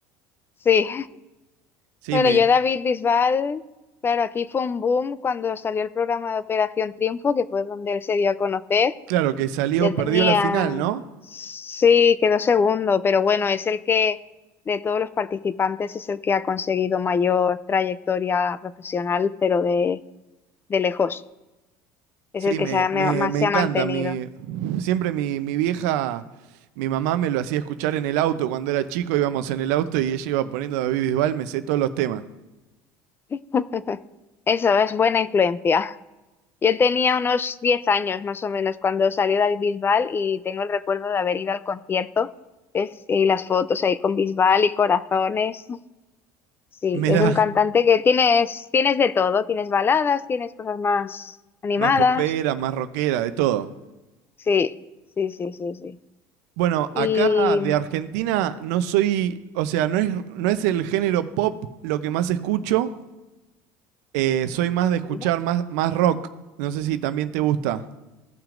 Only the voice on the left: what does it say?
Sí.
Bueno,
yo David Bisbal, claro, aquí fue un boom cuando salió el programa de Operación Triunfo, que fue donde él se dio a conocer.
Ya
tenía,
sí, quedó segundo, pero bueno, es el que de todos los participantes es el que ha conseguido mayor trayectoria profesional, pero de, de lejos. Es
el que
se ha, me-
más
se
ha mantenido.
<laughs> Eso es buena influencia. Yo tenía unos 10 años más o menos cuando salió David Bisbal y tengo el recuerdo de haber ido al concierto es- y las fotos ahí con Bisbal y corazones. Sí,
es un cantante que tienes, tienes de todo, tienes baladas, tienes cosas más
animadas.
Sí, sí, sí, sí, sí.
Y
¿vale?